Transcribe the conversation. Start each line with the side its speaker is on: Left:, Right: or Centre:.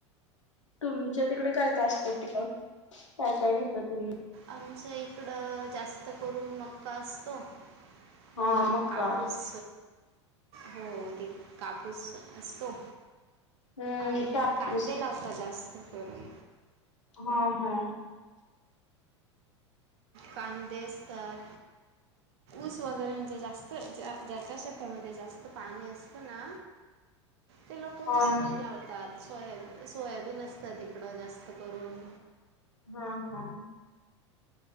Left: तुमच्या तिकडे काय काय असतं तिक काय काय घेत तुम्ही
Right: आमचं इकडं जास्त करून मक्का असतो
Left: हा
Right: अ
Left: मक्का
Right: कापूस हो ते कापूस असतो
Left: हम्म
Right: आणि
Left: कापूस
Right: कांदे लावताात जास्त करून
Left: हा हा
Right: कदेसतर ऊस वगैरे म्हणजे जास्त ज्याच्या शता मध्ये जास्त पाणी असतना ते लोक ऊस
Left: हा हा
Right: पण लावता सोयाबी सोयाबीन असतात तिकडं जास्त करून
Left: हा हा